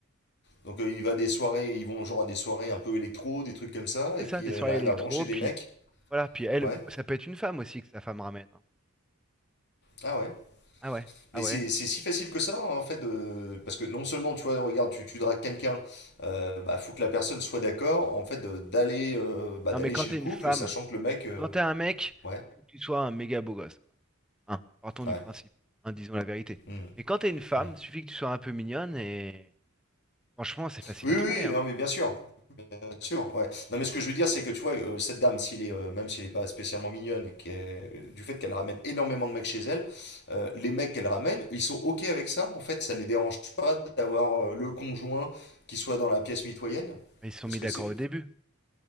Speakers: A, on the left (about 55°); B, in the centre.
A: Donc, euh, il va à des soirées, ils vont genre à des soirées un peu électro, des trucs comme ça.
B: C'est
A: Et
B: ça,
A: puis,
B: des
A: euh,
B: soirées
A: elle arrive
B: électro,
A: à brancher
B: puis
A: des mecs.
B: voilà, puis elle,
A: Ouais.
B: ça peut être une femme aussi que sa femme ramène. hein.
A: Ah ouais.
B: Ah ouais,
A: Mais
B: ah ouais.
A: c'est c'est si facile que ça, hein, en fait. de- Parce que non seulement, tu vois, regarde, tu, tu dragues quelqu'un, euh, bah, faut que la personne soit d'accord, en fait, de- d'aller euh, bah,
B: Non
A: d'aller
B: mais quand
A: chez
B: t'es
A: le couple,
B: une femme,
A: sachant que le mec. euh,
B: quand t'es un mec,
A: Ouais,
B: il faut que tu sois un méga beau gosse. quoi. Hein, partons du
A: ouais.
B: principe, hein, disons la vérité.
A: Hmm,
B: Mais quand t'es une femme,
A: hmm.
B: suffit que tu sois un peu mignonne et franchement, c'est facile
A: Oui,
B: à
A: oui,
B: trouver,
A: oui,
B: hein.
A: non, mais bien sûr. sûr, ouais. Non, mais ce que je veux dire, c'est que tu vois, euh, cette dame, s'il est, euh, même s'il n'est pas spécialement mignonne, qui est- euh, du fait qu'elle ramène énormément de mecs chez elle, euh, les mecs qu'elle ramène, ils sont OK avec ça, en fait, ça les dérange pas d'avoir euh, le conjoint qui soit dans la pièce mitoyenne.
B: Ils se sont
A: Parce
B: mis
A: que
B: d'accord
A: c'est.
B: au début.